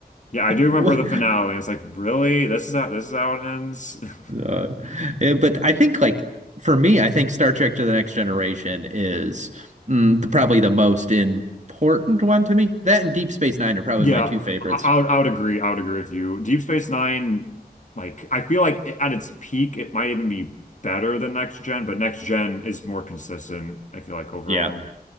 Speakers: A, on the left; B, on the right.
A: yeah, I do remember
B: What?
A: the finale. I was like, really? This is how this is how it ends? <laughs>
B: Uh, yeah, but I think like for me, I think Star Trek to the Next Generation is mm, the, probably the most important one to me. That and Deep Space Nine are probably
A: Yeah,
B: my two favorites.
A: I, I would I would agree. I would agree with you. Deep Space Nine, like I feel like it, at its peak, it might even be better than Next Gen, but Next Gen is more consistent, I feel like overall.
B: Yeah.